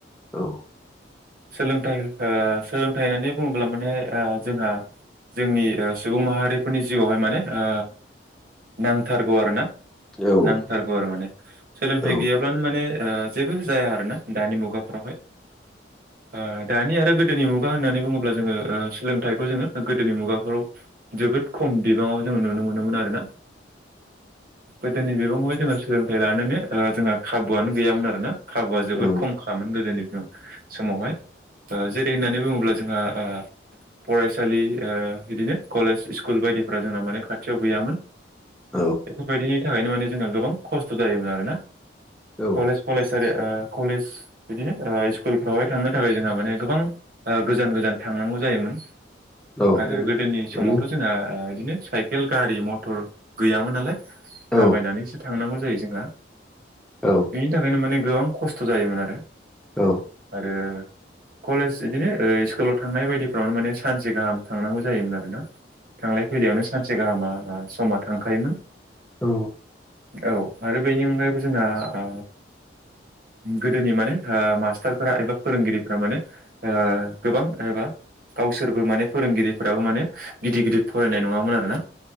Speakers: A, in the centre; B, on the right.
A: औ।
B: सोलोंथाइ ओ सोलोंथाइ होननानै बुङोब्ला माने ओ जोंहा जोंनि ओ सुबुं माहारिफोरनि जिउआवहाय माने ओ नांथारगौ आरोना।
A: औ
B: नांथारगौ
A: औ
B: आरो माने सोलोंथाइ
A: औ
B: गैयाब्लानो माने ओ जेबो जाया आरो ना। दानि मुगाफ्रावहाय ओ दानि आरो गोदोनि मुगा होननानै बुङोब्ला जोङो ओ सोलोंथाइखौ जोङो गोदोनि मुगाफ्राव जोबोद खम बिबाङाव जोङो नुनो मोनोमोन आरो ना। गोदोनि बिबङावाय जोङो सोलोंथाइ लानोनो जोंहा खाबुआनो गैयामोन आरोना। खाबुआ जोबोद
A: औ
B: खमखायामोन गोदोनि समावहाय। ओ जेरै होननानै बुङोब्ला जोंहा ओ फरायसालि ओ बिदिनो कलेज स्कुल बायदिफोरा जोंना माने खाथियाव गैयामोन।
A: औ
B: बेफोरबायदिनि थाखायनो माने जोंहा गोबां खस्थ' जायोमोन आरोना।
A: औ
B: कलेज फरायसालि कलेज बिदिनो स्कुलफ्रावहाय थांनो थाखाय जोंहा माने गोबां गोजान गोजान थांनांगौ जायोमोन।
A: औ
B: आरो गोदोनि
A: गोरलै
B: समावथ' जोंहा बिदिनो साइकेल गारि मथर गैयामोन नालाय।
A: औ
B: थाबायनानैसो थांनांगौ जायो जोंहा।
A: औ
B: बेनि थाखायनो माने गोबां खस्थ' जायोमोन आरो
A: औ
B: आरो
A: <inaudible>
B: कलेज इदिनो स्कुलाव थांनाय बायदिफ्रावनो माने सानसे गाहाम थांनांगौ जायोमोन आरो ना। थांलाय फैलायावनो सानसे गाहामा समा थांखायोमोन।
A: औ
B: औ आरो बेनि अनगायैबो जोंहा आ गोदोनि माने आ मास्टारफोरा एबा फोरोंगिरि फोर माने आ गोबां एबा गावसोरबो माने फोरोंगिरिफोराबो माने गिदिर गिदिर फरायनाय नङामोन आरोना